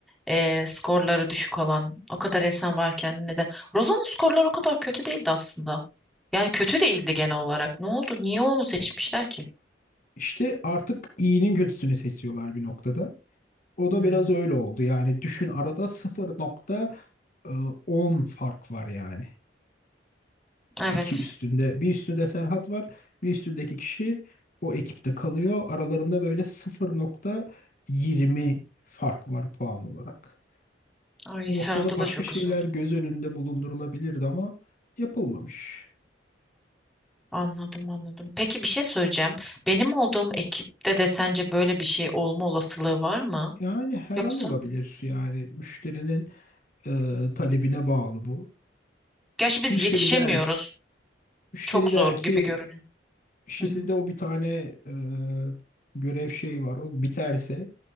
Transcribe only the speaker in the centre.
e, skorları düşük olan o kadar insan varken neden? Rozan'ın skorları o kadar kötü değildi aslında. Yani kötü değildi genel olarak. Ne oldu? Niye onu seçmişler ki?
Hmm,
evet.
Ay
Serhat'a
da çok
üzüldüm.
Anladım anladım. Peki bir şey söyleyeceğim. Benim olduğum ekipte de sence böyle bir şey olma olasılığı var mı?
Yoksa?
Gerçi biz
yetişemiyoruz.
Çok zor
gibi görünüyor.
Hı hı.